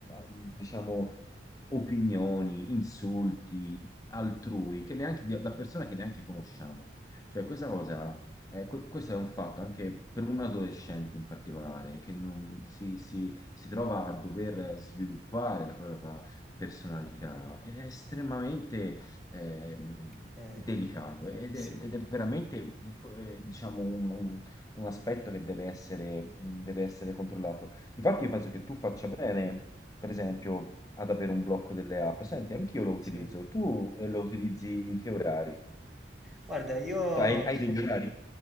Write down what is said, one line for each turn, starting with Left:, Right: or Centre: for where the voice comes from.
Left: diciamo, opinioni, insulti, altrui, che neanche, di- da persone che neanche conosciamo. Cioè, questa cosa, eh, que- questo è un fatto anche per un adolescente in particolare, che non si, si- si trova a dover sviluppare la propria personalità. È estremamente ehm,
Centre: ehm,
Left: delicato ed
Centre: sì,
Left: è, ed è veramente, eh, diciamo, un, un- un aspetto che deve essere, deve essere controllato. Difatti, io penso che tu faccia bene per esempio, ad avere un blocco delle app. Senti, anch'io lo utilizzo.
Centre: sì.
Left: Tu eh, lo utilizzi in che orari?
Centre: Guarda, io
Left: Tu Hai, hai
Centre: <laughs>
Left: degli orari?